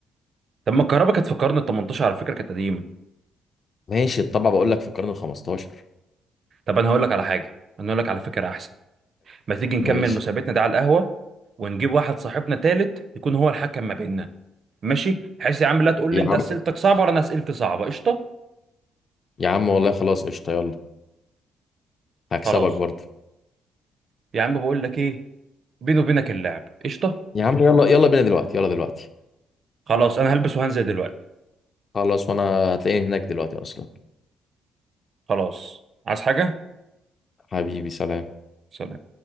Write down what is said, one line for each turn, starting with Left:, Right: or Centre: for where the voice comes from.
Right: طب ما الكهرباء كانت في القرن ال 18 على فكرة كانت قديمة
Left: ماشي الطبعه بقول لك في القرن ال 15
Right: طب انا هقول لك على حاجه انا هقول لك على فكره احسن ما تيجي نكمل
Left: ماشي
Right: مسابقتنا ده على القهوه ونجيب واحد صاحبنا تالت يكون هو الحكم ما بيننا ماشي بحيث يا عم لا تقول
Left: يا
Right: لي انت
Left: عم
Right: اسئلتك صعبه ولا انا اسئلتي صعبه قشطه
Left: يا عم والله خلاص قشطه يلا هكسبك
Right: خلاص
Left: برضه
Right: يا عم بقول لك ايه بيني وبينك اللعب قشطه
Left: يا عم يلا يلا بينا دلوقتي يلا دلوقتي
Right: خلاص انا هلبس وهنزل دلوقتي
Left: خلاص وانا هتلاقيني هناك دلوقتي اصلا
Right: خلاص عايز حاجه
Left: حبيبي سلام
Right: سلام